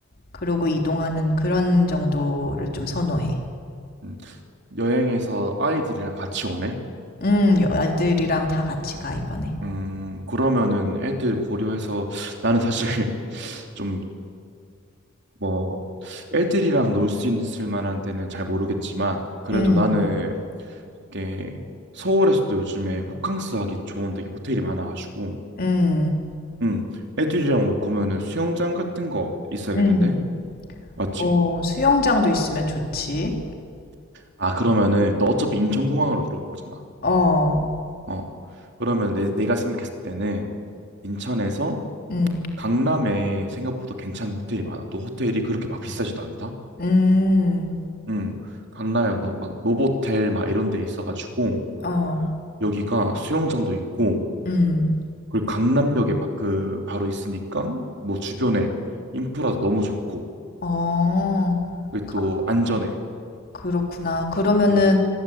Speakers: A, on the left; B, on the right.
A: 그러고 이동하는 그런 정도를 좀 선호해.
B: 음. 여행에서 아이들이랑 같이 오네?
A: 음, 여- 아들이랑 다 같이 가, 이번에.
B: 음, 그러면은 애들 고려해서 나는 사실 <laughs> 좀 뭐 애들이랑 놀 수 있을 만한 데는 잘 모르겠지만 그래도
A: 음,
B: 나는 이게 서울에서도 요즘에 호캉스 하기 좋은 되게 호텔이 많아가지고
A: 음,
B: 음, 애들이랑 올 거면은 수영장 같은 거 있어야겠는데?
A: 음.
B: 맞지?
A: 오, 수영장도 있으면 좋지.
B: 아, 그러면은 너 어차피 인천공항으로 들어올 거잖아.
A: 어,
B: 어. 그러면 내, 내가 생각했을 때는 인천에서
A: 음,
B: 강남에 생각보다 괜찮은 호텔이 많아. 또 호텔이 그렇게 막 비싸지도 않다.
A: 음,
B: 응. 강남에 너, 막 노보텔 막 이런 데 있어가지고
A: 어,
B: 여기가 수영장도 있고
A: 음,
B: 그리고 강남역에 바, 그 바로 있으니까 뭐 주변에 인프라도 너무 좋고
A: 어.
B: 그리고
A: 가-
B: 또 안전해.
A: 그렇구나. 그러면은,
B: 응.